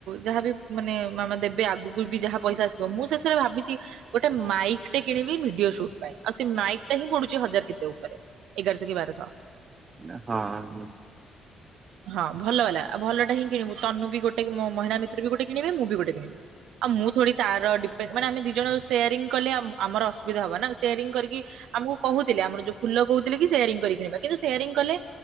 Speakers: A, on the right; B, on the right.
A: ଯାହାବି ମାନେ ମାମା ଦେବେ ଆଗକୁ ବି ଯାହା ପଇସା ଆସିବ ମୁଁ ସେଥିରେ ଭାବିଚି ଗୋଟେ ମାଇକ୍ ଟେ କିଣିବି ଭିଡିଓ ସୁଟ୍ ପାଇଁ ଆଉ ସେ ମାଇକ୍ ଟା ହିଁ ପଡୁଚି ହଜାର କେତେ ଉପରେ ଏଗାରଶହ କି ବାରଶହ।
B: ନା, ହଁ, ହୁଁ।
A: ହଁ, ଭଲ ହେଲା ଆଉ ଭଲ ହିଁ କିଣିବୁ ତନୁ ବି ଗୋଟେ ମୋ ମହିଳା ମିତ୍ରବି ଗୋଟେ କିଣିବ ମୁଁ ବି ଗୋଟେ କିଣିବି। ଆଉ ମୁଁ ଥୋଡୀ ତାର ଡିପେଣ୍ଡ ମାନେ ଆମେ ଦି ଜଣ ସେୟାରିଂ କଲେ ଆମର ଅସୁବିଧା ହବ ନା ସେୟାରିଂ କରିକି ଆମକୁ କହୁଥିଲେ ଆମର ଯୋଉ ଫୁଲ କହୁଥିଲେ କି ସେୟାରିଂ କରିକି ନେବା କିନ୍ତୁ ସେୟାରିଂ କଲେ